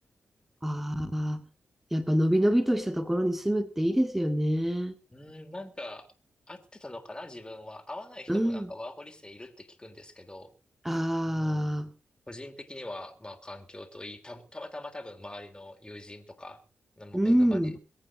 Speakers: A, in the centre; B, on the left (about 20°).
A: ああ、やっぱのびのびとしたところに住むっていいですよね。
B: うん、なんか、合ってたのかな、自分は。合わない人もなんかワーホリ生いるって聞くんですけど、
A: うん。あ
B: うん、
A: あ、
B: 個人的には、まあ、環境といい、た、たまたま多分周りの友人とか、も恵まれ
A: うん。